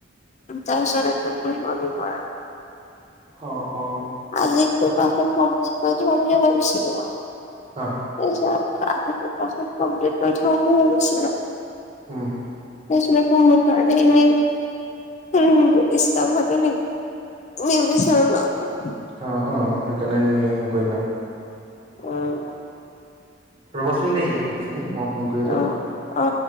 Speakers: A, on the left; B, on the right.
A: তাৰপিছত এতিয়া‌ পঢ়িব লাগিব আৰু
B: অ অ।
A: আজি পেপাৰ খন কমপ্লিট কৰি থম বুলি ভাবিছিলো আও।
B: হা
A: তাৰপিছত অজি পেপাৰখন কমপ্লিট কৰি থম বুলি ভাবিছিলো।
B: উম।
A: <unintelligible> মোৰ কাৰণেই এনেই ৰুমটো ডিষ্টাৰ্ব হোৱাটো নি নিবিচাৰো ন।
B: অ অ সেইকাৰণে হেৰি নকৰিলা আও।
A: উম
B: ৰ'বাচোন দেই এক ছেকেণ্ড মই ফোন কৰি আছো।
A: অ অ।